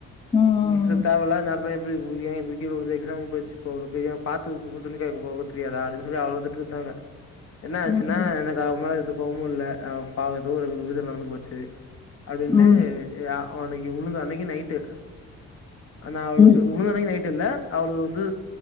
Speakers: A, on the left; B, on the left.
A: ம்
B: இது தேவ இல்லாத நேரத்துல இம் <unintelligible> ஏ இப்டி கீழ விழுந்து எக்ஸாம் போயிடுச்சு போ <unintelligible> பாத்து ஒரு துணி காயபோட தெரியாதா அப்டின் சொல்லி அவ்ளோ திட்டு திட்டுனாங்க என்ன ஆச்சுன்னா
A: ம் ம்
B: எனக்கு அவ மேல எந்த கோவமு இல்ல அவ பாவத் எதோ ஒரு விபத்து நடந்து போச்சு அப்டின்டு
A: ம்
B: யா அன்னைக்கு உளுந்த அன்னைக்கு நைட்டு ஆனா அவளுக்
A: ம்
B: உணு அன்னக்கி நைட் இல்ல அவள வந்து